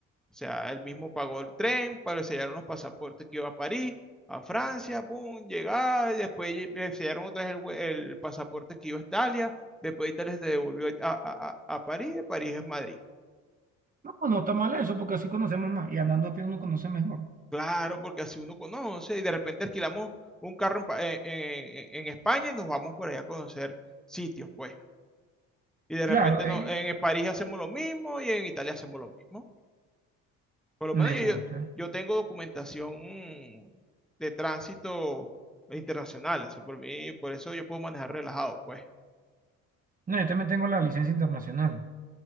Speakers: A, in the centre; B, on the right (about 25°).
A: O sea, él mismo pagó el tren, pero le sellaron los pasaportes que iba a París, a Francia, pum, llegaba, y después ye- le sellaron otra vez el, vue- el pasaporte que iba a Italia, después Italia se devolvió a, a- a- a París, de París es Madrid.
B: No, no está mal eso, porque así conocemos más. Y andando a pie uno conoce mejor.
A: Claro, porque así uno conoce y de repente alquilamos un carro en, Pa- en en- en España y nos vamos por allá a conocer sitios, pues. Y de
B: Claro,
A: repente no,
B: y
A: en París hacemos lo mismo y en Italia hacemos lo mismo. Por lo
B: me
A: menos yo,
B: gusta.
A: yo, yo tengo documentación mm, de tránsito internacional. O sea, por mí, por eso yo puedo manejar relajado, pues.
B: No, yo también tengo la licencia internacional.